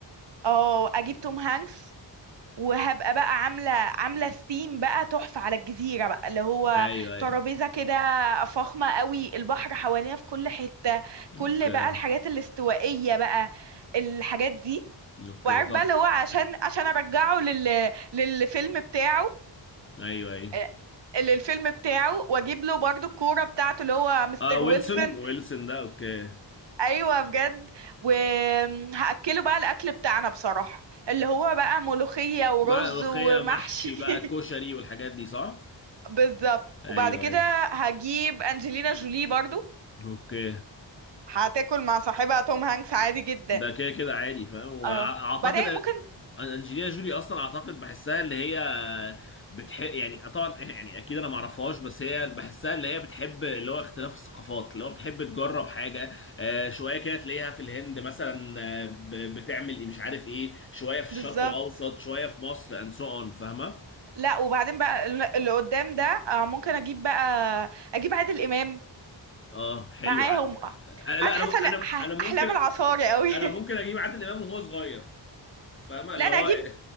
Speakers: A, on the right; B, on the left.
A: اه اجيب توم هانكس وهبقى بقى عامله عامله ثيم بقى تحفه على الجزيره بقى اللي هو
B: ايوه ايوه
A: ترابيزه كده فخمه قوي البحر حوالينا في كل حته كل
B: اوكي
A: بقى الحاجات الاستوائيه بقى الحاجات دي
B: اوكي
A: وعارف
B: تحفه
A: بقى اللي هو عشان عشان ارجعه لل للفيلم بتاعه
B: ايوه ايوه
A: آه، للفيلم بتاعه واجيب له برضو الكوره بتاعته اللي هو مستر
B: اه ويلسون
A: ويلسون
B: ويلسون ده اوكي
A: ايوه بجد وهاكله بقى الاكل بتاعنا بصراحه اللي هو بقى ملوخيه ورز
B: مع ملوخيه
A: ومحشي
B: محشي
A: <laughs>
B: بقى كشري والحاجات دي صح
A: بالظبط
B: ايوه
A: وبعد كده
B: ايوه
A: هجيب انجلينا جولي برضو
B: اوكي
A: هتاكل مع صاحبها توم هانكس عادي جدا
B: ده كده كده عادي فاهم واعتقد
A: اه وبعدين ممكن
B: أن- انجلينا جولي اصلا اعتقد بحسها اللي هي بتحب يعني طبعا <laughs> يعني اكيد انا ما اعرفهاش بس هي بحسها اللي هي بتحب اللي هو اختلاف الثقافات اللي هو بتحب تجرب حاجه آه، شويه كده تلاقيها في الهند مثلا آه، ب- بتعمل إيه مش عارف ايه شويه في
A: بالظبط
B: الشرق الاوسط شويه في مصر اند سو اون فاهمه
A: لا وبعدين بقى الل- اللي قدام ده آه ممكن اجيب بقى اجيب عادل امام
B: اه حلو
A: معاهم
B: ع- انا لا
A: قاعد
B: انا
A: حاسه لأ،
B: انا
A: ح-
B: انا ممكن
A: احلام العصاري قوي
B: انا
A: <laughs>
B: ممكن اجيب عادل امام وهو صغير فاهمه اللي
A: لا انا
B: هو
A: اجيب